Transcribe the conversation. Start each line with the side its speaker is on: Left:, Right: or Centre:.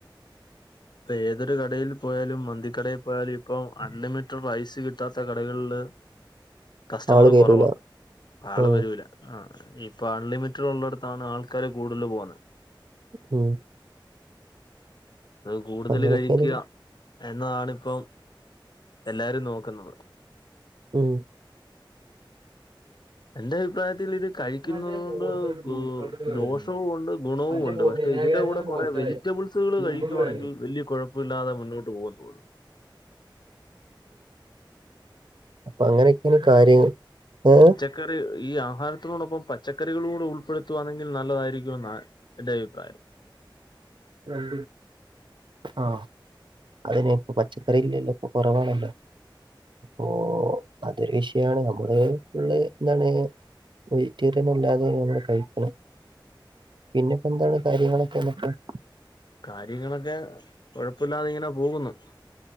Left: ഇപ്പ ഏതൊരു കടയിൽ പോയാലും മന്തിക്കടയിൽ പോയാലും ഇപ്പം അൺലിമിറ്റഡ് റൈസ് കിട്ടാത്ത കടകളില് കസ്റ്റമർ
Right: ആള് കയറൂല
Left: കുറവാ ആള്
Right: ആ
Left: വരൂല ആഹ് ഇപ്പൊ അൺലിമിറ്റഡ് ഉള്ളടത്താണ് ആൾക്കാര് കൂടുതൽ പോകുന്നത്
Right: ഉം
Left: അത് കൂടുതൽ
Right: അങ്ങനെയൊക്കെയാണ്
Left: കഴിക്ക എന്നതാണ്പ്പം എല്ലാരും നോക്കുന്നത്
Right: ഉം
Left: എന്റെ അഭിപ്രായത്തിൽ ഇത് കഴിക്കുന്നുന്നത്
Right: മറ്റേ പോസ്റ്റർ ഗ്രൂപ്പുകളിൽ
Left: കൊണ്ട് ദോഷവും
Right: വിടല്
Left: ഉണ്ട് ഗുണവും
Right: മറ്റേ
Left: ഉണ്ട്
Right: പോ
Left: പക്ഷെ
Right: വിനായകരാജന്റെ
Left: ഇതിന്റെ കൂടെ കുറെ
Right: പോസ്റ്ററെ
Left: വെജി റ്റബിൾസുകൾ
Right: ഗ്രൂപ്പുകളിൽ
Left: കഴിക്കുകുവാണെങ്കിൽ
Right: വിടല്
Left: വലിയ കുഴപ്പമില്ലാതെ മുന്നോട്ട് പോകൻ തോന്നുന്ന്
Right: അപ്പ അങ്ങനെയൊക്കെയാണ് കാര്യങ്ങൾ ഏഹ്
Left: ആൾക്കാര് ഈ ആഹാരത്തിനോടൊപ്പം പച്ചക്കറികളൂടെ ഉൾപ്പെടുത്തുവാണെങ്കിൽ നല്ലതായിരിക്കും എന്നാ എന്റെ അഭിപ്രായം
Right: <unintelligible> ആഹ് അതിനെ ഇപ്പ പച്ചക്കറില്ലല്ലോ ഇപ്പകുറവാണല്ലോ ഓഹ് അതൊരു വിഷയമാണ് നമ്മള് ഫുള്ള് എന്താണ് വെറ്റീറിയൻ അല്ലാതെ നമ്മുടെ കഴിക്കുന്നത് പിന്നെപ്പെന്താണ്. കാര്യങ്ങളൊക്കെ <unintelligible>
Left: കാര്യങ്ങളൊക്കെ കൊഴപ്പല്ലാതെ ഇങ്ങനെ പോകുന്നു.